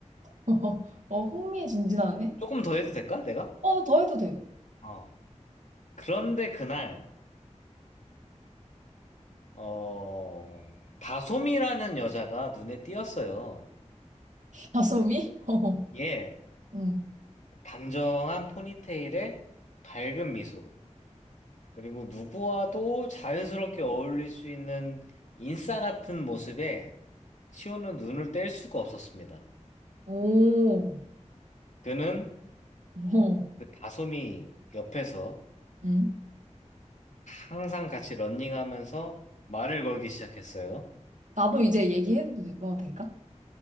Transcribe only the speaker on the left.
조금 더 해도 될까? 내가?
어. 그런데 그날 어 다솜이라는 여자가 눈에 띄었어요.
예,
단정한 포니테일에 밝은 미소. 그리고 누구와도 자연스럽게 어울릴 수 있는 인싸 같은 모습에 시호는 눈을 뗄 수가 없었습니다.
그는
그 다솜이 옆에서
항상 같이 런닝하면서 말을 걸기 시작했어요.